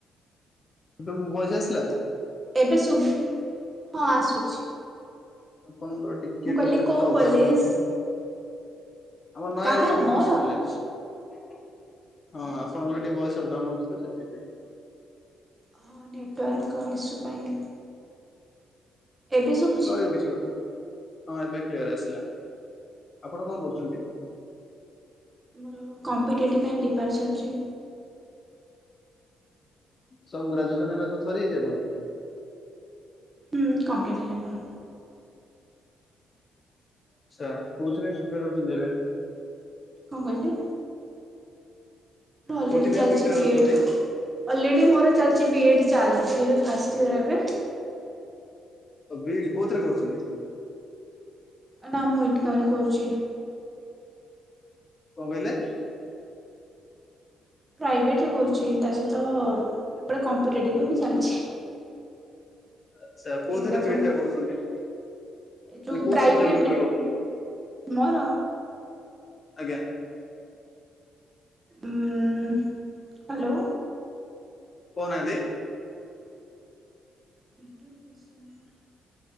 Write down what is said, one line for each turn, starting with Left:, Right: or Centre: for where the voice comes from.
Left: ଏବେ ମୋ ଭଏସ ଆସିଲା?
Right: ଏବେ ଶୁଭ ହଁ ଆସୁଛି।
Left: ଆପଣଙ୍କର ଟିକେ
Right: ମୁଁ କହିଲି
Left: କଟୁଚି
Right: କୋଉ
Left: ତ ଅପଡାଉନ
Right: କଲେଜ
Left: ହଉଛି। ଆମର ନୟାଗଡ଼
Right: କାହାର
Left: ଅଟୋନମସ
Right: ମୋର?
Left: କଲେଜ ହଁ
Right: ଆଚ୍ଛା।
Left: ଆପଣଙ୍କର ଟିକେ ଭଏସ୍। ତ ଅପଡାଉନ ହଉଛି ତ ସେଥିପାଇଁ।
Right: ହଁ ନେଟୱାର୍କ ଇଶୁ ପାଇଁ। ଏବେ ଶୁ
Left: ଚଳିବ କିଛି କଥା ନାହିଁ ହଁ ଏବେ କ୍ଲିୟର ଆସିଲା। ଆପଣ କଣ କରୁଛନ୍ତି?
Right: ଯାହା ହଉ କମ୍ପିଟେଟିଭ୍ ପାଇଁ ପ୍ରିପ୍ୟାର ଚାଲିଛି।
Left: ସବୁ ଗ୍ରାଜୁଏସନ ଏଗୁରା ସବୁ ସରି ଯାଇଛି ଆଣଙ୍କର?
Right: ହୁଁ କମ୍ପ୍ଲିଟ ହେଲେ ମୋର।
Left: ଆଚ୍ଛା କୋଉଥିପାଇଁ ପ୍ରିପେୟାର ହଉଛନ୍ତି ଏବେ?
Right: କଣ କହିଲେ? ଅଲରେଡି
Left: କୋଉଥିପାଇଁ
Right: ଚାଲିଛି
Left: ପ୍ରିପେୟାର
Right: ବି
Left: ହଉଛନ୍ତି?
Right: ଏ ଡ୍। ଅଲରେଡି ମୋର ଚାଲିଛି ବି ଏ ଡ୍ ଚାଲିଛି ଏବେ ଫାର୍ଷ୍ଟ ଇୟର ଏବେ।
Left: ଓ ବି ଇ ଡି କୋଉଥିରେ କରୁଛନ୍ତି?
Right: ନା ମୁଁ ଇଗ୍ନୋରେ କରୁଛି।
Left: କଣ କହିଲେ?
Right: ପ୍ରାଇଭେଟରେ କରୁଛି ତା ସହିତ ଏପଟେ କମ୍ପିଟେଟିଭ୍ ବି ମୁଁ ଚାଲିଛି।
Left: ଆଚ୍ଛା କୋଉଥିରେ
Right: ଦିଟା ଯାକ
Left: ବି ଇ ଡି ଟା କରୁଛନ୍ତି?
Right: ଯୋଉ
Left: ମାନେ କୋଉ
Right: ପ୍ରାଇଭେଟ
Left: ସବଜେକ୍ଟ ଉପରେ କରୁଛନ୍ତି?
Right: ମୋର
Left: ଆଜ୍ଞା।
Right: ଉଁ ହାଲୋ।
Left: କହୁ ନାହାନ୍ତି।
Right: ନେଟୱାର୍କ ଇସୁ ନୁହ।